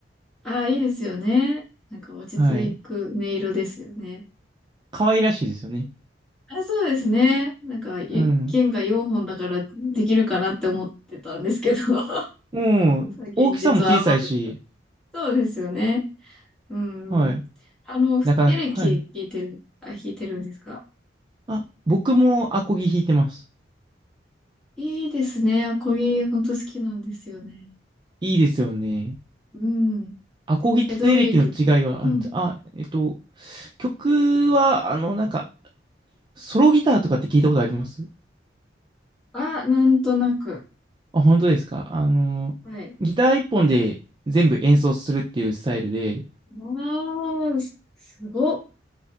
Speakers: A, in the centre; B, on the right.
A: ああ、いいですよね。なんか落ち着く音色ですよね。
B: はい。可愛らしいですよね。
A: あ、そうですね。なんか、い剣が4本だからできるかなって思ってたんですけど、
B: うん。
A: <laughs>
B: もう大きさも小さいし、
A: 現実は甘くなかった。そうですよね。うん。
B: はい。
A: あの、
B: なかなか、
A: エレキ弾いてる、
B: はい。
A: あ、弾いてるんですか
B: あ、僕もアコギ弾いてます。
A: いいですね。アコギ、ほんと好きなんですよね。
B: いいですよね。
A: うん。
B: アコギとエレキの違いはあるんです。
A: え、どういう曲うん。
B: あ、えっと、曲は、あの、なんか、ソロギターとかって聞いたことあります
A: あ、なんとなく。
B: あ、本当ですかあの、
A: はい。
B: ギター一本で全部演奏するっていうスタイルで、
A: ああ、すすごっ。か